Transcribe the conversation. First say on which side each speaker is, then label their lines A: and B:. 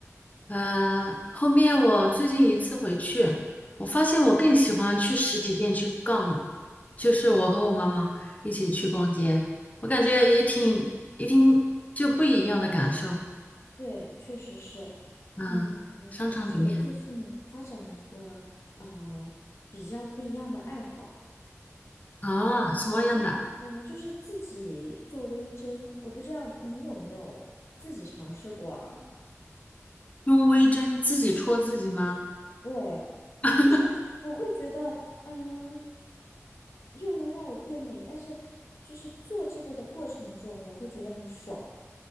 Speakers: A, on the left (about 30°); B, on the left (about 65°).
A: 呃，后面我最近一次回去，我发现我更喜欢去实体店去逛，就是我和我妈妈一起去逛街，我感觉也挺一听就不一样的感受。
B: 对，确实是，
A: 嗯，
B: 嗯，
A: 商场里面
B: 而且我最近发展了一个呃比较不一样的爱好，
A: 啊，什么样的？
B: 呃，就是自己做微针，我不知道你有没有自己尝试过啊？
A: 用微针自己戳自己吗？
B: 对，
A: <laughs>
B: 就是我会觉得，嗯，又能让我变美，但是就是做这个的过程中，我会觉得很爽。